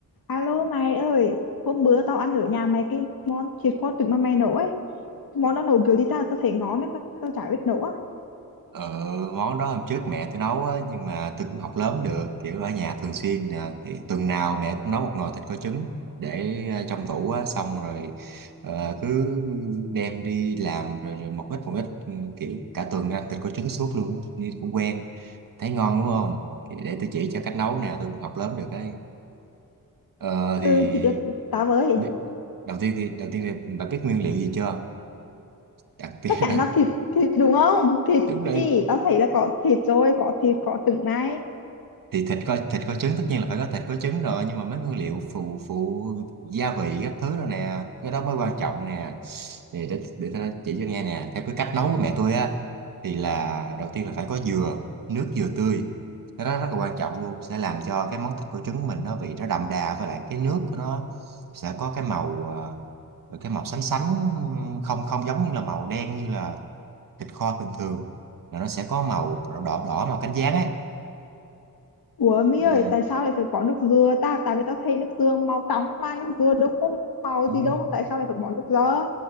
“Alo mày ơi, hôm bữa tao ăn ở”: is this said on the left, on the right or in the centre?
Left